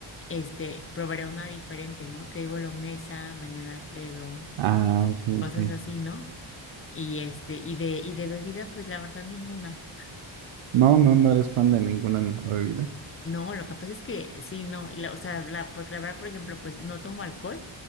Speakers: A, on the left; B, on the right.
A: este, probaré una diferente, ¿no? Que hoy bolognesa, mañana Alfredo,
B: Ah, ok,
A: cosas
B: ok.
A: así, ¿no? Y este, y de, y de bebida, pues la verdad ninguna.
B: No, no, no eres fan de ninguna bebida.
A: No, lo que pasa es que sí, no, y la- o sea, la- porque la verdad, por ejemplo, pues no tomo alcohol,